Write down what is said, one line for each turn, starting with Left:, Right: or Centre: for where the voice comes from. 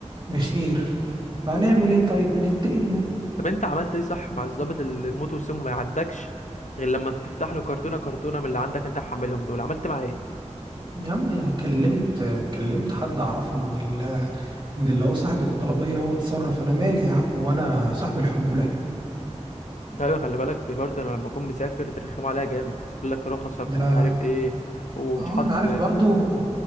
Right: بخير فهنعمل ايه طيب بنتقي
Left: طب انت عملت ايه صح مع الضابط اللي موته وسمه ما يعدكش غير لما تفتح له كرتونه كرتونه من اللي عندك انت محملهم دول عملت معاه ايه
Right: يا عم كلمت كلمت حد اعرفه من ال... من اللي هو صاحب الطلبيه هو اتصرف انا مالي يا عم وانا صاحب الحموله
Left: ايوه خلي بالك بي- برضه انا لما اكون مسافر بيرخموا عليا جامد يقول لك رخصك
Right: ده
Left: ومش عارف ايه ومش
Right: اه
Left: حاطط
Right: انا عارف برضو